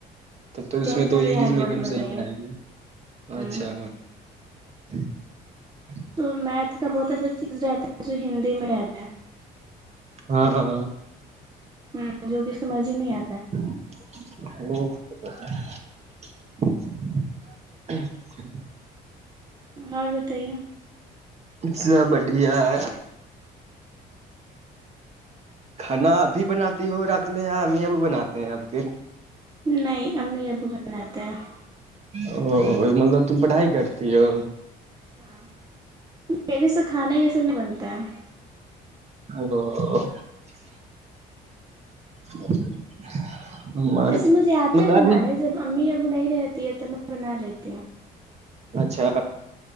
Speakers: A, on the right; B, on the right.
A: تب تو اس
B: ٹینتھ
A: میں تو
B: بہار
A: انگلش
B: بورڈ
A: میڈیم
B: میں
A: سے ہی
B: گئی
A: پڑھائے گی۔
B: ہوں
A: اچھا۔۔ <unintelligible>
B: تو میتھ کا بہت اچھا چیز رہتا ہے جو ہندی میں رہتا ہیں۔
A: ہاں ہاں۔
B: ہممم جلدی سمجھ ہی نہیں اتی۔۔
A: <unintelligible> <unintelligible> <unintelligible>
B: اور بتائیے؟
A: سب بڑھیا ہے۔ کھانا ابھی بناتے ہو رات میں یا امی ابو بناتے ہیں اپ کے؟
B: نہیں <unintelligible>
A: او او مطلب تم پڑھائی کرتی ہو۔
B: ہاں میرے سے کھانا۔۔۔۔ نہیں بنتا ہے۔
A: <unintelligible> <unintelligible>
B: اس میں زیادتی
A: مطلب
B: بنانے
A: ابھی
B: جب امی ابو نہیں رہ تی جی یہ تو میں بنا لیتی ہوں
A: اچھا